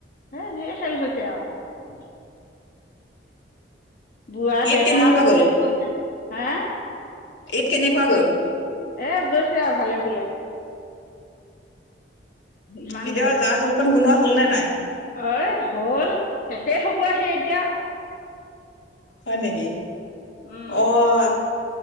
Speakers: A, on the left; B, on the left.
A: হে ঢেৰ খেল হৈছে আৰু। বুঢ়া
B: ঈদ
A: ডেকা
B: কেনেকুৱা
A: একো নাই। হা?
B: এইট্‌ কেনেকুৱা গ'ল?
A: এ গৈছে আৰু ভালে ভুলে। ইমান
B: এতিয়া জা-জলপান বনোৱা হ'ল নে নাই?
A: অ' এ হ'ল। শেষেই হ'ব আহি এতিয়া!
B: হয় নেকি?
A: উম,
B: অ'-আহ্